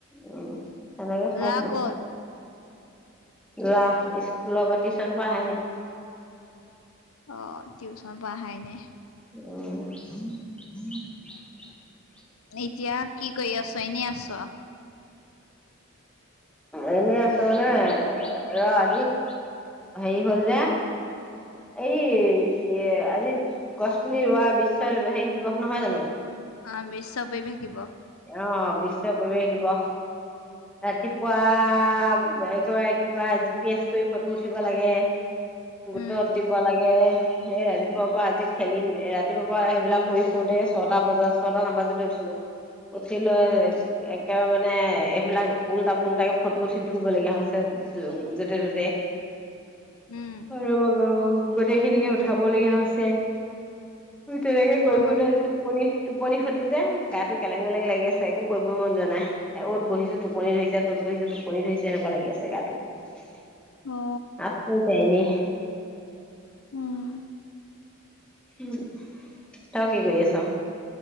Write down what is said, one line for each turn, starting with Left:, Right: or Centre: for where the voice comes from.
Centre: উম তেনেকে খাই
Left: ল'ৰা
Centre: দিলো।
Left: ক'ত
Centre: ল'ৰা স্কুলৰ পৰা, টিউচন পৰা অহাই নাই।
Left: অ টিউচনৰ পৰা আহাই নাই।
Centre: উম
Left: এতিয়া কি কৰি আছো? এনেই আছো আৰু
Centre: এনে আছো মানে, ৰ আজি হেৰি হ'ল যে এই আজি গছ পুলি ৰোৱা বিশ্ব হেৰি দিৱস নহয় জানো?
Left: অ বিশ্ব পৰিৱেশ দিৱস।
Centre: অ বিশ্ব পৰিৱেশ দিৱস। ৰাতিপুৱা একেবাৰে কিবা জি পি এছ কৰি ফটো উঠিব লাগে
Left: উম
Centre: ফটো দিব লাগে। সেই ৰাতিপুৱাৰ পৰা আজি খেলিম ৰাতিপুৱাৰ পৰা সেইবিলাক কৰি ফুৰতে ছটা বজাত ছটা নবজাতে উঠিলো। উঠি লৈ একেবাৰে মানে এইবিলাক উল্টা পোল্টাকে ফটো উঠি ফুৰিবলগীয়া হৈছে যতে ততে,
Left: উম
Centre: হয় ৰব গোটেইখিনিকে উঠাবলগীয়া হৈছে তেনেকে কৰি
Left: অ
Centre: ফুৰোঁতে আজি টোপনি টোপনি খতি যে গাটো কেলেং-মেলেং লাগি আছে। একো কৰিবই মন যোৱা নাই। অত বহিছো টোপনি ধৰিছে, ত'ত বহিছো টোপনি ধৰিছে এনেকুৱা লাগি আছে গাটো। <unintelligible>
Left: অ উম।
Centre: উম। তই কি কৰি আছ?